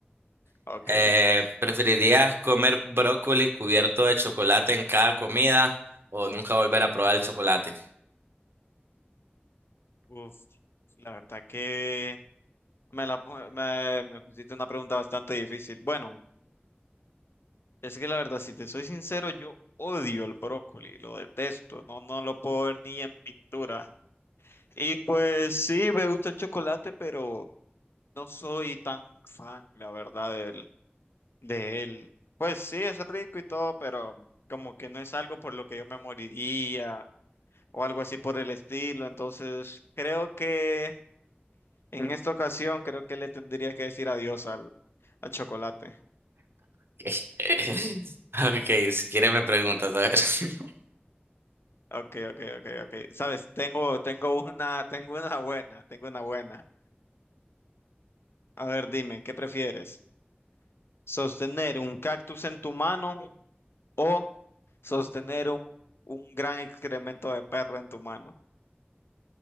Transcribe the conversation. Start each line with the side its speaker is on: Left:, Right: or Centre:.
Left: Ok,
Right: Eh, ¿preferirías comer brócoli cubierto de chocolate en cada comida o nunca volver a probar el chocolate?
Left: uf, la verdad que me, la, pu- me, me pusiste una pregunta bastante difícil. Bueno, es que la verdad, si te soy sincero, yo odio el brócoli, lo detesto, no, no lo puedo ver ni en pintura. Y pues sí, me gusta el chocolate, pero no soy tan fan, la verdad, de él. Pues sí, es rico y todo, pero como que no es algo por lo que yo me moriría o algo así por el estilo. Entonces, creo que en esta ocasión, creo que le tendría que decir adiós al, al chocolate.
Right: <laughs> Ok, si quieres me preguntas, a ver. <laughs>
Left: Ok, ok, ok, ok. Sabes, tengo, tengo una, tengo una buena, tengo una buena. A ver, dime, ¿qué prefieres? ¿Sostener un cactus en tu mano o sostener un, un gran excremento de perro en tu mano?